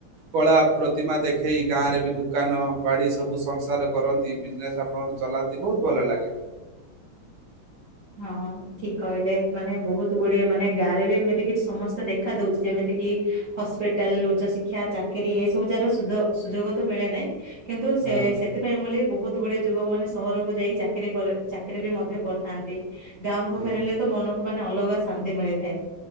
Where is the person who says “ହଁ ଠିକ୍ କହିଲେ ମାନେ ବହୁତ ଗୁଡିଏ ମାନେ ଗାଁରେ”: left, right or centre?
Right